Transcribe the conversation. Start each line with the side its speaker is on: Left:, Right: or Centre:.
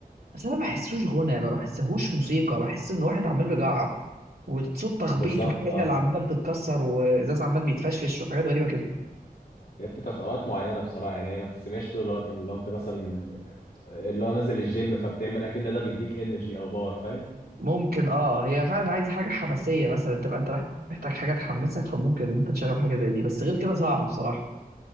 Right: بس انا ما بحسوش غنى ما بحسهوش موسيقى بحس ان واحد عمال بيجعر وصوت تخبيط
Left: بالظبط
Right: وحلل
Left: اه
Right: عماله بتتكسر وازاز عمال بيتفشفش وحاجات غريبه كده
Left: هي بتبقى في اوقات معينه بصراحه يعني هي ما تسمعش طول الوقت اللي هو انت مثلا اللي هو نازل الجيم فبتعمل اكن ده بيديك انرجي او باور فاهم
Right: ممكن اه هي فعلا عايزه حاجه حماسيه مثلا تبقى انت رايح محتاج حاجه تحمسك فممكن انت تشغل حاجه زي دي بس غير كده صعب بصراحه